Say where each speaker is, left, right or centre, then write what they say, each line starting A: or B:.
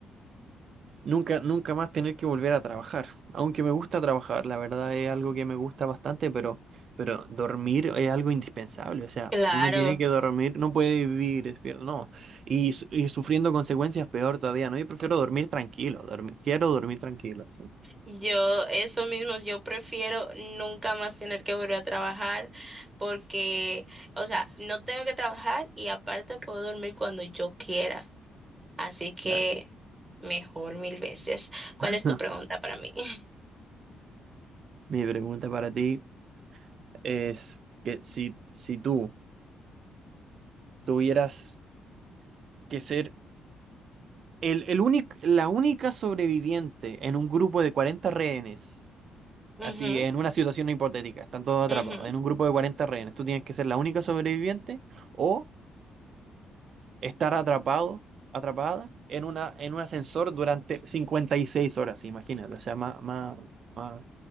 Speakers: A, on the right (about 55°); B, on the right (about 20°).
A: Nunca, nunca más tener que volver a trabajar. Aunque me gusta trabajar, la verdad es algo que me gusta bastante, pero, pero dormir es algo indispensable. O sea,
B: Claro.
A: uno tiene que dormir, no puede vivir despierto, no. Y, su- y sufriendo consecuencias peor todavía, ¿no? Yo prefiero dormir tranquilo, dormir, quiero dormir tranquilo, sí,
B: Yo, eso mismo, yo prefiero nunca más tener que volver a trabajar porque, o sea, no tengo que trabajar y aparte puedo dormir cuando yo quiera. Así que
A: claro.
B: mejor mil veces. ¿Cuál
A: <laughs>
B: es tu pregunta para mí? <laughs>
A: Mi pregunta para ti es que si, si tú tuvieras que ser el, el único, la única sobreviviente en un grupo de 40 rehenes,
B: Ujú,
A: Así, en una situación hipotética, están todos atrapados.
B: ujú.
A: En un grupo de 40 rehenes, tú tienes que ser la única sobreviviente o estar atrapado, atrapada en una, en un ascensor durante 56 horas, imagínate. O sea, más, más, más,